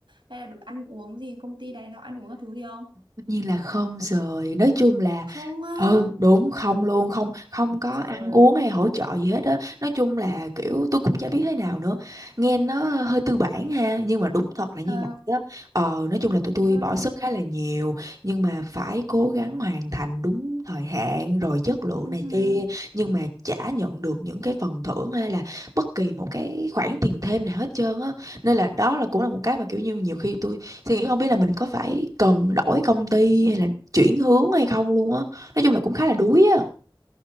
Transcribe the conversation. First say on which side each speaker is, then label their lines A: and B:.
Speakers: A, on the right; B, on the right.
A: hay là được ăn uống gì, công ty này nó ăn uống các thứ gì không?
B: tất nhiên là không rồi nói chung là
A: Không á,
B: ừ đúng không luôn không không có
A: trời,
B: ăn uống hay hỗ trợ gì hết á nói chung là kiểu tôi cũng chả biết thế nào nữa nghe nó hơi tư bản ha nhưng mà đúng thật là như
A: ờ,
B: vậy á ờ nói chung là tụi
A: khổ
B: tôi
A: thân,
B: bỏ sức khá là nhiều nhưng mà phải cố gắng hoàn thành đúng thời hạn rồi chất lượng
A: uh
B: này kia nhưng mà chả nhận được những cái phần thưởng hay là bất kỳ một cái khoản tiền thêm nào hết trơn á nên là đó là cũng là một cái mà kiểu như nhiều khi tôi suy nghĩ không biết là mình có phải cần đổi công ty hay là chuyển hướng hay không luôn á nói chung là cũng khá là đuối á